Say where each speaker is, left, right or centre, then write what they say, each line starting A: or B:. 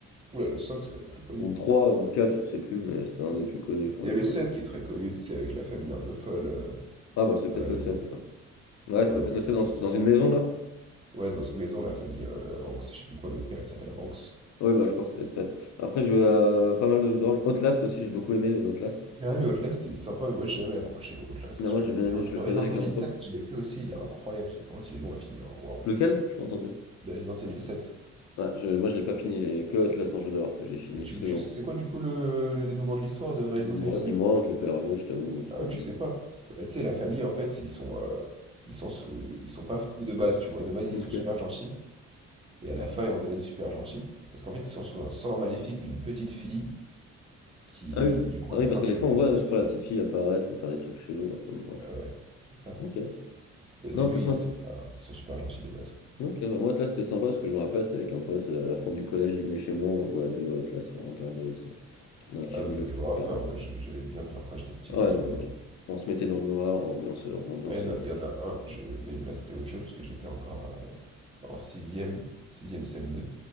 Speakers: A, on the right; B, on the left.
A: Oula, le 5, c'est pas le plus connu.
B: Ou le 3, ou le 4, je sais plus, mais c'était un des plus connus. Enfin,
A: Il y
B: je
A: a le
B: sais
A: 7
B: plus.
A: qui est très connu, c'est avec la famille un peu folle euh,
B: Ah bah, c'est
A: dans
B: peut-être
A: la
B: le
A: maison.
B: 7 alors. Ouais,
A: Ouais,
B: c'était peut-être
A: c'est-
B: le sept dans,
A: c'est-
B: dans une maison, là?
A: ouais, dans une maison, la famille euh, euh, Hanks, je sais plus quoi, le père il s'appelle Hanks.
B: Oui, bah, je crois que c'était le 7. Après, j'ai joué à pas mal de jeux d'horreur. Outlast aussi, j'ai beaucoup aimé les Outlast.
A: Ah, le Outlast, il est sympa, mais moi j'ai jamais accroché au Outlast,
B: Non,
A: je
B: moi
A: t'avoue.
B: j'ai bien
A: Le
B: aimé, je
A: le
B: le faisais
A: Resident
B: avec
A: Evil
B: un pote.
A: 7, je l'ai fait aussi, il est incroyable, celui- par contre il est long à finir, hein, waouh.
B: Lequel? Je pas entendu.
A: Le Resident Evil 7.
B: Ah, je, moi je l'ai pas fini, les que Outlast en jeu d'horreur que j'ai fini,
A: Et Tu,
B: parce que
A: tu
B: en
A: sais,
B: fond,
A: c'est quoi du coup le, le dénouement de l'histoire de Resident
B: moi,
A: Evil 7?
B: dis-moi, je vais pas y rejouer, je t'avoue, donc tu
A: Ah
B: peux
A: ouais,
B: me
A: tu
B: dire.
A: sais pas. Bah, tu sais, la famille en fait, ils sont, euh, ils sont, sous- ils sont pas fous de base, tu vois. De base, ils
B: Ok.
A: sont super gentils. Et à la fin, ils redeviennent super gentils parce qu'en fait, ils sont sous un sang maléfique d'une petite fille qui.
B: Ah oui.
A: Et du coup,
B: Ah
A: à
B: oui,
A: la fin,
B: parce
A: tu
B: que des fois
A: te bats avec
B: on voit,
A: la petite
B: je crois,
A: fille.
B: la petite fille apparaître ou faire des trucs chelous à un moment, je
A: Ah
B: crois.
A: ouais, c'est ça.
B: Ok.
A: Mais au début,
B: Non, Outlast,
A: ils
B: moi,
A: sont,
B: c'est-
A: enfin, ils sont super gentils de base, quoi.
B: ok, bah, moi Outlast c'était sympa, parce que je me rappelle, c'est avec un pote, euh, à la fin du collège, il venait chez moi, on jouait à deux à Outlast, on regardait, tu sais. Il y en a un qui
A: Ah,
B: jouait,
A: vous devez
B: l'autre qui
A: avoir
B: regardait.
A: peur. Moi, je- j'avais bien peur quand j'étais petit
B: Ah
A: que
B: ouais,
A: je jouais
B: non, non.
A: à des jeux.
B: On se mettait dans le noir, ambiance, euh, ambiance.
A: Ah, il y en
B: euh,
A: a, il y en a un, je... mais là, c'était autre chose parce que j'étais encore euh, en 6ème, 6ème cm